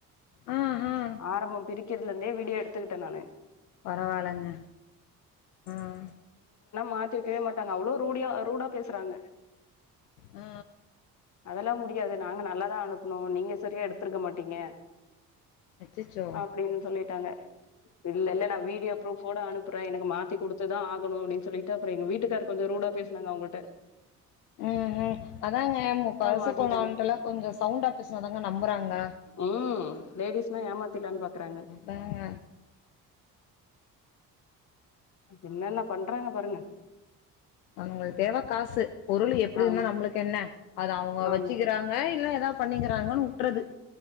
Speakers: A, on the left; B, on the left.
A: ஆ ஆ
B: ஆரம்பம் பிரிக் க்கிறதுல இருந்தே வீடியோ எடுத்துக்கிட்ட நானு
A: பரவாலங்க ம்
B: மாத்திருக்கவே மாட்டாங்க அவ்ளோ ரூடியா ரூடா பேசறாங்க
A: ஆ
B: அதெல்லா முடியாது நாங்க நல்லாதா அனுப்னோ நீங்க சரியா எடுத்துருக்க மாட்டீங்க
A: அச்சச்சோ
B: அப்படின் சொல்லிட்டாங்க இல்லல்ல நா வீடியோ ப்ரூஃபோட அனுப்புற எனக்கு மாத்தி குடுத்துதா ஆக கனு அப்படின் சொல்லிட்டு அப்றோ எங்க வீட்டுக்காரு கொஞ்சோ ரூடா பேசுனாங்க அவங்குள்ட
A: ம் ம் அதாங்க பலசு
B: மாத்திட்டாங்க
A: கொள்ளான்ட்டுல கொஞ்சோ சவுண்டா பேசுனாதாங்க நம்புறாங்க
B: ம் லேடிஸ்னா ஏமாத்திர்லான்னு பாக்குறாங்க
A: அதாங்க
B: என்னன்ன பண்றாங்க பாருங்க
A: அவங்குளுக்கு தேவ காசு பொருள் எப்பிடி
B: ஆமா
A: இருந்தா நம்முளுக்கு என்ன அது அவங்க
B: ஆமா
A: வச்சுக்கிறாங்க இல்ல ஏதாவது பண்ணிக்கிறாங்கன்னு உட்றது